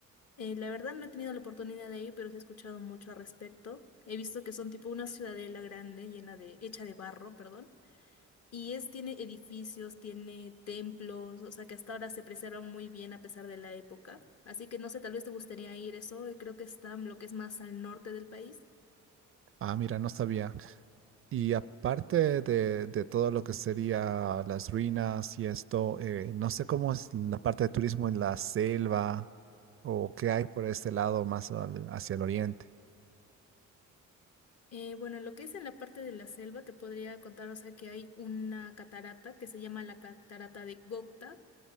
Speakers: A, on the left (about 55°); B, on the right (about 45°).
A: Eh, la verdad no he tenido la oportunidad de ir, pero sí he escuchado mucho al respecto. He visto que son tipo una ciudadela grande, llena de, hecha de barro, perdón Y es, tiene edificios, tiene templos, o sea que hasta ahora se preservan muy bien a pesar de la época. Así que no sé, tal vez te gustaría ir eso, eh, creo que está en lo que es más al norte del país.
B: Ah, mira, no sabía. Y aparte de, de todo lo que sería las ruinas y esto, eh, no sé cómo es la parte de turismo en la selva o qué hay por este lado más al- hacia el oriente.
A: Eh, bueno, en lo que es en la parte de la selva, te podría contar, o sea que hay una catarata que se llama la catarata de Gocta.